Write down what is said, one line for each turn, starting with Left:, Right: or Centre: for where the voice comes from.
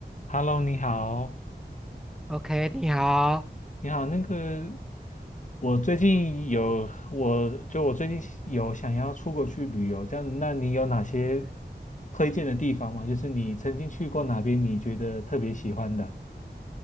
Left: Hello，你好，
Centre: OK，你好。
Left: 你好，那个，我最近有，我就我最近有想要出国去旅游，这样子，那你有哪些
Centre: 嗯
Left: 推荐的地方吗？就是你曾经去过哪边，你觉得特别喜欢的？